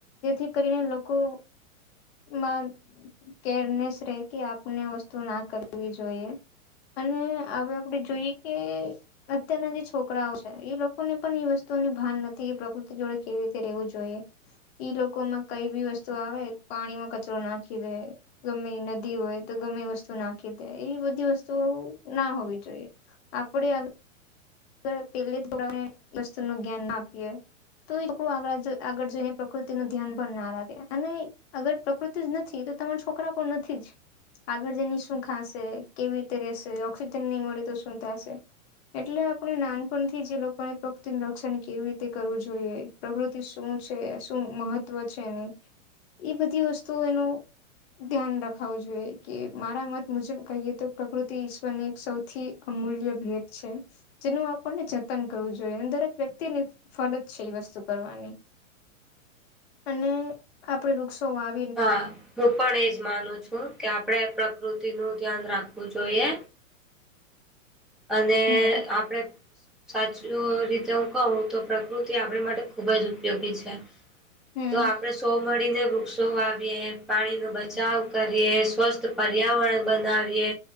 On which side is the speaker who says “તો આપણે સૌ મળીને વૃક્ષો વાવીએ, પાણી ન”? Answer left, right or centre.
Centre